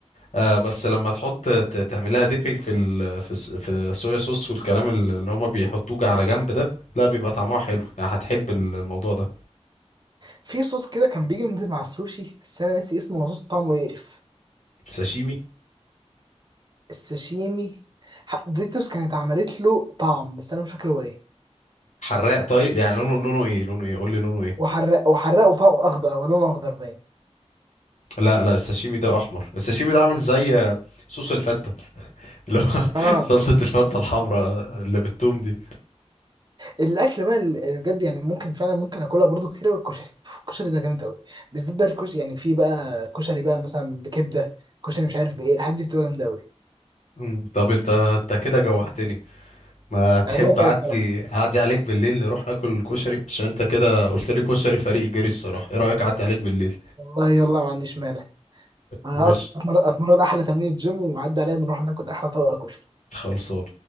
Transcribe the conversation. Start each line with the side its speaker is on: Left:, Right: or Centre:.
Left: آه بس لما تحط ت- تعملها ديبينج في ال في الس- في الصويا صوص والكلام ال- اللي هما بيحطوه على جنب ده لا بيبقى طعمها حلو يعني هتحب ال- الموضوع ده
Right: في صوص كده كان بيجي نزل مع السوشي بس انا ناسي اسمه هو صوص طعمه يقرف
Left: ساشيمي
Right: الساشيمي ح- ديكتوس كانت عملت له طعم بس انا مش فاكر هو ايه
Left: حراق طيب يعني لونه لونه ايه لونه ايه قول لي لونه ايه
Right: وحرق وحرقه طعم اخضر او لونه اخضر باين
Left: لا لا الساشيمي ده احمر الساشيمي ده عامل زي آه، صوص الفتة اللي هو <laughs>
Right: اه
Left: صلصة الفتة الحمراء اللي بالثوم دي
Right: الاكل بقى اللي بجد يعني ممكن فعلا ممكن اكلها برضو كتير قوي الكشري الكشري ده جامد قوي بالذات بقى الكشري يعني في بقى كشري بقى مثلا بكبده كشري مش عارف بايه الحاجات دي بتبقى جامده قوي
Left: مم. طب انت انت كده جوعتني ما تحب
Right: انا دوت
Left: اعدي
Right: قوي بصراحه
Left: اعدي عليك بالليل نروح ناكل كشري عشان انت كده قلت لي كشري فريق جري الصراحة ايه رأيك اعدي عليك بالليل
Right: والله يلا ما عنديش مانع أنا
Left: ماشي
Right: أتمر- اتمرن احلى تمرين جيم وعدي عليا نروح ناكل احلى طبق كشري
Left: خلصان